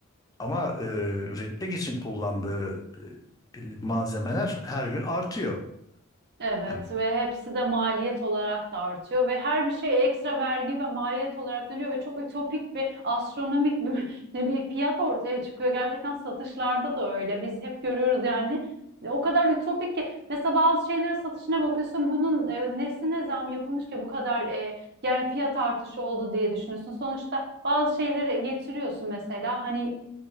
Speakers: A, on the left (about 15°); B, on the right (about 50°).
A: Ama e, üretmek için kullandığı e, malzemeler her gün artıyor.
B: Evet
A: Yani
B: ve hepsi de maliyet olarak da artıyor ve her bir şey ekstra vergi ve maliyet olarak dönüyor ve çok ütopik ve astronomik bir, <laughs> bir fiyat ortaya çıkıyor. Gerçekten satışlarda da öyle. Biz hep görüyoruz yani o kadar ütopik ki mesela bazı şeylerin satışına bakıyorsun bunun e, nesine zam yapılmış ki bu kadar e, yani fiyat artışı oldu diye düşünüyorsun. Sonuçta bazı şeyleri getiriyorsun mesela hani